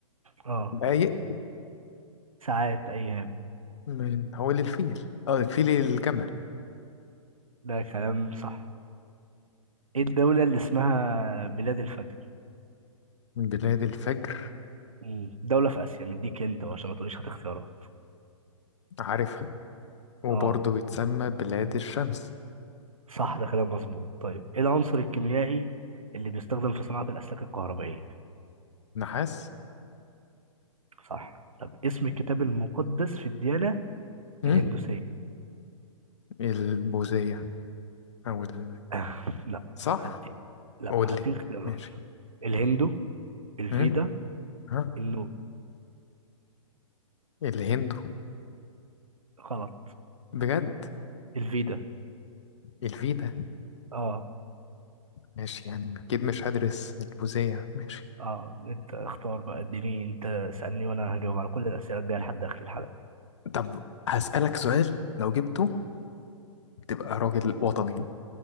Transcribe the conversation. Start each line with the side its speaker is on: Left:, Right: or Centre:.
Right: اه
Left: دقايق
Right: ساعات ايام
Left: من هو للفيل اه الفيل الجمل
Right: ده كلام صح ايه الدوله اللي اسمها بلاد الفجر
Left: بلاد الفجر
Right: مم. دوله في اسيا مديك انت عشان ما تقوليش هات اختيارات
Left: عارفها وبرضه
Right: اه
Left: بتسمى بلاد الشمس
Right: صح ده كلام مظبوط طيب ايه العنصر الكيميائي اللي بيستخدم في صناعه الاسلاك الكهربائيه
Left: نحاس
Right: صح طب اسم الكتاب المقدس في الديانه
Left: مم.
Right: الهندوسيه
Left: البوذية او ال...
Right: <laughs> لا
Left: صح
Right: هديك لا
Left: قول
Right: هديك
Left: لي
Right: اختيارات
Left: ماشي
Right: الهندو الفيدا
Left: مم. ها
Right: النور
Left: الهند
Right: غلط
Left: بجد
Right: الفيدا
Left: الفي ده
Right: اه
Left: ماشي يعني أكيد مش هدرس الجوزية ماشي
Right: اه انت اختار بقى اديني انت سألني وانا هجاوب على كل الأسئلة الجاية لحد آخر الحلقة
Left: طب هسألك سؤال لو جبته تبقى راجل وطني